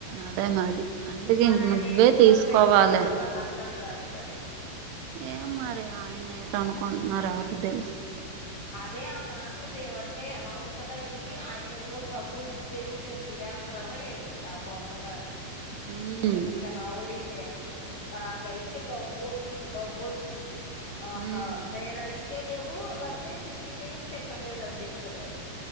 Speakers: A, on the right (about 85°); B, on the left (about 65°).
A: అదే మరి అందుకే
B: మరా
A: ఇంక
B: ఆయనేంవర్
A: నువ్వే తీసుకోవాలి
B: గ్రహించాడో నాకర్ దంగాదు మరి
A: ఏం మరి ఆయన ఏటి అనుకుంటున్నారో ఎవరికి తెలుసు
B: అదే ఆ మాటలు మేమంటే ఎలా ఉంటది ఆయనకి ఆయన ఏదో డబ్బు ఇచ్చేసి మేము తినే త్తనామా ఏంటి నా బొందగాని
A: ఉమ్
B: పిచ్చ కామెడీలే అసలు నాకైతే నవ్వు నవ్వొచ్చింది ఆహా
A: ఉమ్
B: నేను అడిగితేనేమో నన్నే తెలీనే నే తిట్టలేదు అని చెప్తున్నాడు